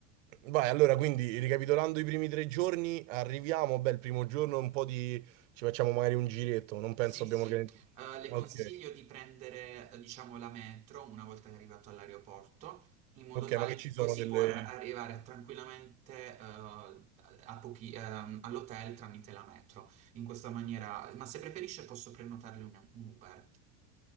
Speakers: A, on the right; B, on the right.
A: Vai, allora, quindi ricapitolando i primi tre giorni, arriviamo, beh, il primo giorno un po' di... ci facciamo magari un giretto, non penso
B: Sì,
A: abbiamo
B: sì,
A: organizzato...
B: Eh, le
A: Ok,
B: consiglio di prendere, eh, diciamo, la metro una volta che è arrivato all'aeroporto, in modo
A: ok,
B: tale
A: ma che
B: che
A: ci sono
B: così
A: delle...
B: può ar- arrivare tranquillamente, eh, a pochi- ehm, all'hotel tramite la metro. In questa maniera, ma se preferisce posso prenotarle un, un Uber.